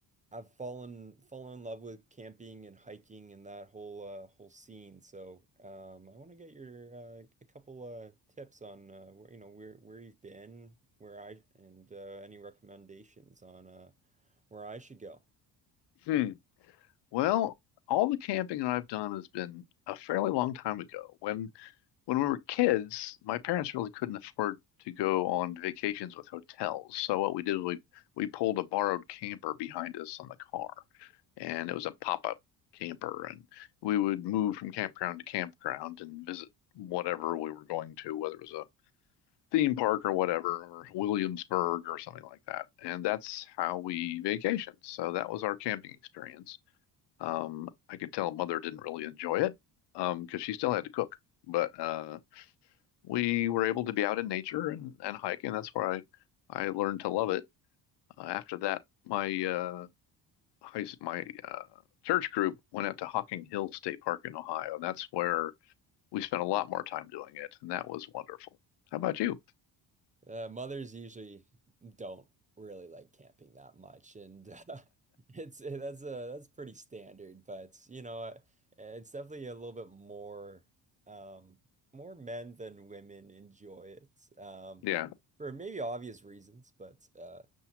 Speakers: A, on the right; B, on the left.
A: I've fallen fallen in love with camping and hiking and that whole uh whole scene. So, um I want to get your uh a couple uh tips on uh where, you know where where you've been, where I and uh any recommendations on uh where I should go.
B: Hmm. Well, all the camping that I've done has been a fairly long time ago. When when we were kids, my parents really couldn't afford to go on vacations with hotels. So what we did was we we pulled a borrowed camper behind us on the car, and it was a pop-up camper, and we would move from campground to campground and visit whatever we were going to, whether it was a theme park or whatever, or Williamsburg or something like that. And that's how we vacationed. So that was our camping experience. Um, I could tell mother didn't really enjoy it um, because she still had to cook, but uh, we were able to be out in nature and, and hike, and that's where I I learned to love it. Uh, after that, my uh, high, my uh, church group went out to Hocking Hill State Park in Ohio, and that's where we spent a lot more time doing it, and that was wonderful. How about you?
A: Uh, mothers usually don't really like camping that much, and uh, <laughs> it's eh, that's a that's pretty standard. But you know, uh, it's definitely a little bit more um, more men than women enjoy it um,
B: Yeah.
A: for maybe obvious reasons. But uh,